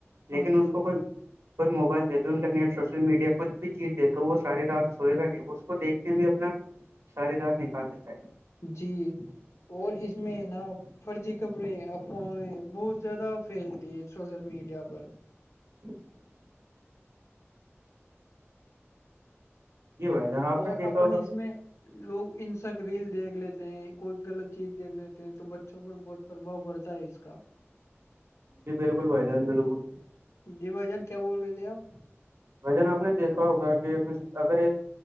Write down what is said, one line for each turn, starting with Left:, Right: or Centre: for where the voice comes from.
Left: ہاں
Right: لیکن
Left: جی
Right: اس کو کوئی کوئی موبائل دے تو انٹرنیٹ سوشل میڈیا کچھ بھی چیز دے تو وہ سارے رات سوئے گا نہیں اس کو دیکھنے بھی اپنا شاری رار نکال دیتا ہے
Left: جی اور اس میں نا فرجی خبریں افواہیں بہت زیادہ پھیلتی ہے سوشل میڈیا پر
Right: <inaudible> جی بھائی جان آپ
Left: اور
Right: نے دیکھا
Left: اپن
Right: ہوگا
Left: اس میں لوگ ان سک ریل دیکھ لیتے ہیں کوئی غلط چیز دیکھ لیتے ہیں تو بچوں پر بہت پرباؤ پڑتا ہے اس کا
Right: جی بالکل بھائی جان بالکل
Left: جی بھ جان کیا بول رہے تھے آپ
Right: وجن آپ نے دیکھا ہوگا کہ اگر ایک